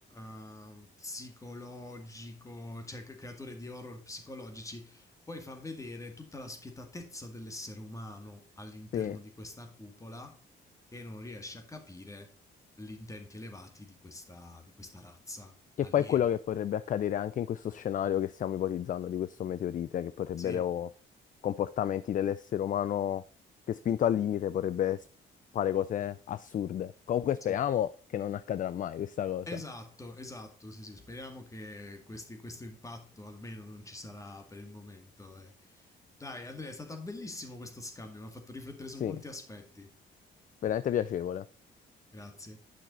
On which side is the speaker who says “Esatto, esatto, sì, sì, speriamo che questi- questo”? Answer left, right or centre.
Left